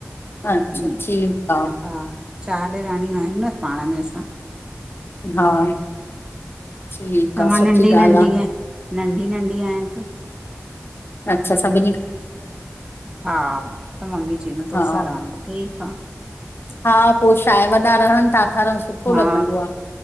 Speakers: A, on the left; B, on the right.
A: अच्छा
B: ईअं
A: ठीक आ।
B: हा चारि ॼराणियूं आहियू न पाण में।
A: हा ठीक
B: त
A: आहे
B: मां
A: सुठी
B: नंढी
A: ॻाल्ह
B: नंढी
A: आ।
B: आहियां नंढी नंढी आय त --
A: अच्छा स --
B: हा हा त मम्मी चयई
A: हा
B: तोसा रहंदम ठीक आ।
A: हा पो छाए, वॾा रहन था, ठारणु सुठो
B: हा
A: लॻंदो आ।